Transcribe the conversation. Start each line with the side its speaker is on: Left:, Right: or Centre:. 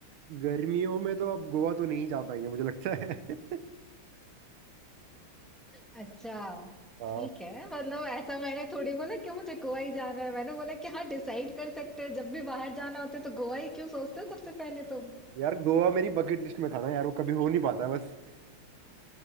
Right: गर्मियों में तो अब गोवा तो नहीं जा पाएंगे मुझे लगता है <laughs>
Centre: अच्छा
Right: हाँ
Centre: ठीक है मतलब ऐसा मैंने थोड़ी बोला कि मुझे गोवा ही जाना है मैंने बोला कि हाँ डिसाइड कर सकते हैं जब भी बाहर जाना होता है तो गोवा ही क्यों सोचते हो सबसे पहले तो
Right: यार गोवा मेरी बकेट लिस्ट में था ना यार वो कभी हो नहीं पाता है बस